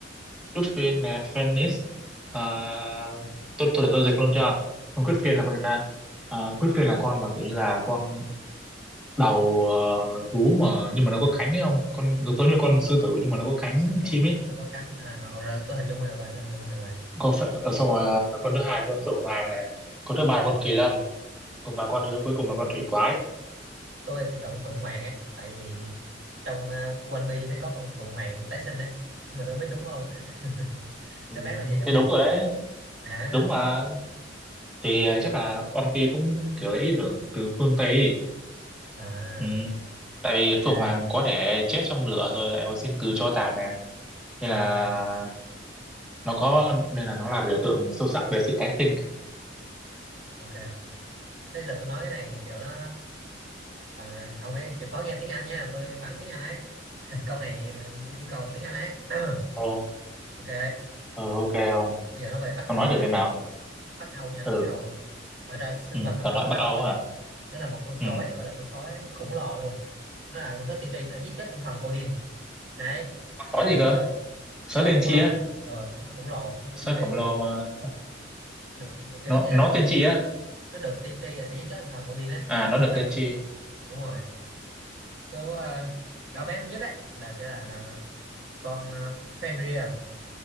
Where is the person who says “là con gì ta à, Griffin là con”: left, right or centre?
Centre